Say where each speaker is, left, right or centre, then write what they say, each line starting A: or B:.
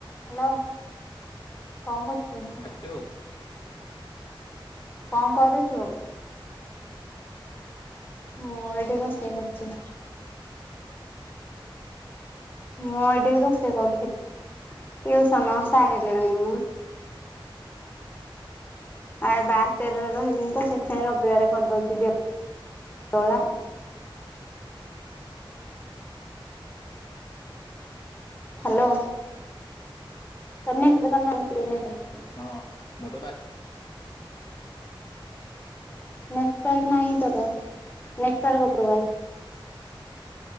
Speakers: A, on the left; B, on the left.
A: Hello କଣ କରୁଛୁ
B: hello
A: କଣ କରୁଛୁ ମୁଁ ଏଇଠି ରୋଷେଇ କରୁଛି। ମୁଁ ଏଇଠିକି ରୋଷେଇ କରୁଥିଲି। ଟଉସନ ସାରି ଲେଣି ମୁ ଆ ବାର ତେରରେ ରହିବିନି ତ ସେଥିାଇଁ ରବିବାର କରିଦଉଛି ଦେଓ ଦେଓଳା ହ୍ୟାଲୋ ସେଇ ସେ ଏଇି
B: ହଁ ମୋ ବାଇ
A: ନେକ୍ଟ ତାରଖ ନହିଁ ତର ନେକ୍ଟ ତାରିଖ ଉପବାସ